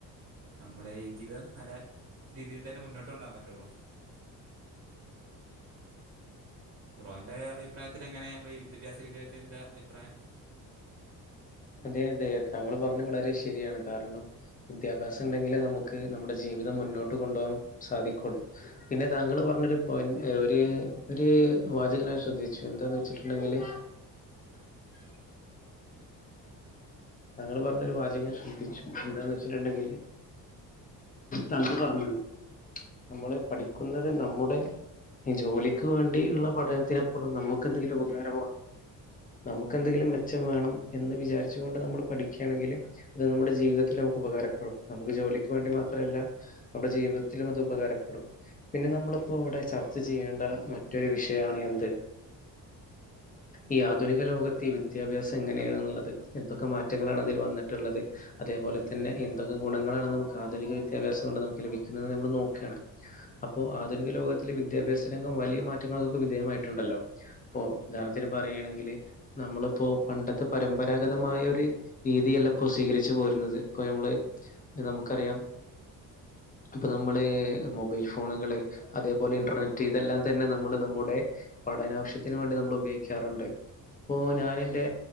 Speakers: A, on the right; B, on the left.
A: നമ്മുടെ ഈ ജീവിതം നല്ല രീതിയിൽ തന്നെ മുന്നോട്ട് കൊണ്ടാ പറ്റുള്ളു ബ്രോന്റെ അഇപ്രായത്തില് എങ്ങനെയാ നമ്മൾ ഈ വിദ്യാഭ്യാസ രീതിയായിട്ട് എന്താ അഭിപ്രായം?
B: അതെ അതെ താങ്കൾ പറഞ്ഞ വളരെ ശരിയാണ് കാരണം വിദ്യാഭ്യാസ ണ്ടെങ്കിലെ നമുക്ക് നമ്മുടെ ജീവിതം മുന്നോട്ട് കൊണ്ടോആൻ സാധിക്കുള്ളൂ. പിന്നെ താങ്കൾ പ റഞ്ഞൊരു പോയിന്റ് ഒര് ഒര് വാചകം ഞാൻ ശ്രദ്ധിച്ചു എന്താന്ന് വെച്ചിട്ടുണ്ടെങ്കില്
A: <inaudible>
B: താങ്കൾ പറഞ്ഞൊരു വാചകം ഞാൻ ശ്രദ്ധിച്ചു എന്താന്ന് വെച്ചിട്ടുണ്ടെങ്കില് തങ്കൾ പറഞ്ഞില്ലോ നമ്മള് പഠിക്കുന്നത് നമ്മുടെ ജോലിക്ക് വേണ്ടിയുള്ള പഠനത്തിനപ്പുറം നമുക്ക് എന്തെങ്കിലും ഉപകാരമാണോ നമുക്ക് എന്തെങ്കിലും മെച്ചം വേണം എന്ന് വിചാരിച്ചു കൊണ്ട് നമ്മൾ പഠിക്കുകയാണെങ്കില് അത് നമ്മുടെ ജീവിതത്തിൽ നമുക്ക് ഉപകാരപ്പെടും നമുക്ക് ജോലിക്ക് വേണ്ടി മാ മാത്രല്ല നമ്മടെ ജീവിതത്തിലും അത് ഉപകാരപ്പെടും പിന്നെ നമ്മളിപ്പോ ഇവിടെ ചർച്ച ചെയ്യേണ്ട മറ്റൊരു വിഷയാണ് എന്ത് ഈ ആധുനിക ലോകത്തെ ഈ വിദ്യാഭ്യാസം എങ്ങനെയാണ് എന്തൊക്കെ മാറ്റങ്ങളാണ് അതിൽ വന്നിട്ടുള്ളത് അതേപോലെ
A: അതെ
B: തന്നെ
A: അതെ
B: എന്തൊക്കെ ഗുണങ്ങളാണ് നമുക്ക് ആധുനിക വി ദ്യാഭ്യാസം കൊണ്ട് നമുക്ക് ലഭിക്കുന്നത് നമ്മൾ നോക്കാണ് അപ്പോ ആധുനിക ലോകത്തില് വിദ്യാഭ്യാസരംഗം വലിയ മാറ്റങ്ങൾക്കൊക്കെ വിധേയമായിട്ടുണ്ടല്ലോ ഇപ്പോ പറയുകയാണെങ്കിൽ നമ്മളിപ്പോ പണ്ടത്തെ പരമ്പരാഗതമായ ഒരു രീതിയല്ല ഇപ്പോ സ്വീകരിച്ചു പോരുന്നത് ഇപ്പൊ നമ്മള് നമുക്കറിയാം
A: <inaudible>
B: ഇപ്പൊ നമ്മള് മൊബൈൽ ഫോണുകള് അതേപോലെ ഇന്റർനെറ്റ് ഇതെല്ലാം തന്നെ നമ്മള് നമ്മുടെ പഠനാവശ്യത്തിന് വേണ്ടി നമ്മൾ ഉപയോഗിക്കാറുണ്ട്. ഇപ്പോ ഞാനെന്റെ